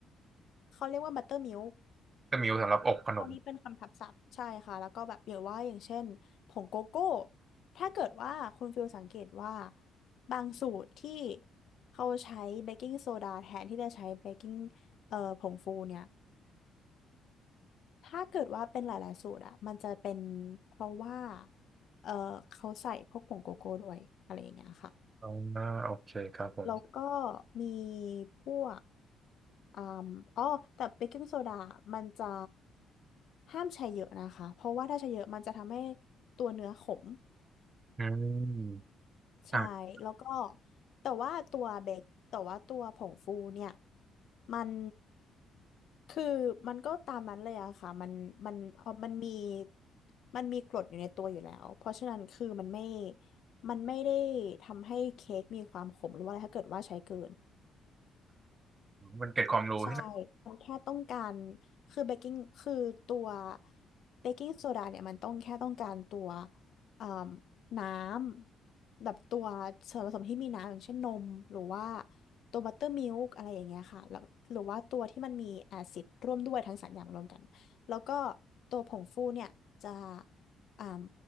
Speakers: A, on the left; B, on the right.
A: เขาเรียกว่าบัตเตอร์มิลค์
B: ก็มิวสำหรับอกขนม
A: อันนี้เป็นคำทับศัพท์ใช่ค่ะแล้วก็แบบอย่างว่าอย่างเช่นผงโกโก้ถ้าเกิดว่าคุณฟิลสังเกตว่าบางสูตรที่เขาใช้เบกกิ้งโซดาแทนที่จะใช้เบกกิ้งเอ่อผงฟูเนี่ยถ้าเกิดว่าเป็นหลายๆสูตรอะมันจะเป็นเพราะว่าเอ่อเขาใส่พวกผงโกโก้ด้วยอะไรอย่างเงี้ยค่ะ
B: อ๋อโอเคครับผม
A: แล้วก็มีพวกอ่มอ๋อแต่เบกกิ้งโซดามันจะห้ามใช้เยอะนะคะเพราะว่าถ้าใช้เยอะมันจะทำให้ตัวเนื้อขม
B: อืม
A: ใช่แล้วก็
B: อ่า
A: แต่ว่าตัวเบกแต่ว่าตัวผงฟูเนี่ยมันคือมันก็ตามนั้นเลยอะค่ะมันมันเอามันมีมันมีกรดอยู่ในตัวอยู่แล้วเพราะฉะนั้นคือมันไม่มันไม่ได้ทำให้เค้กมีความขมหรือว่าอะไรถ้าเกิดว่าใช้เกิน
B: มันเกร็ดความรู้ที่นะ
A: ใช่ มันแค่ต้องการ คือเบกกิ้งคือตัวเบกกิ้งโซดาเนี่ยมันต้องแค่ต้องการตัวเอ่มน้ำแบบตัวส่วนผสมที่มีน้ำอย่างเช่นนมหรือว่าตัวบัตเตอร์มิลค์อะไรอย่างเงี้ยค่ะแล้วหรือว่าตัวที่มันมีแอซิดร่วมด้วยทั้งสามอย่างรวมกัน แล้วก็ตัวผงฟูเนี่ยจะเอ่ม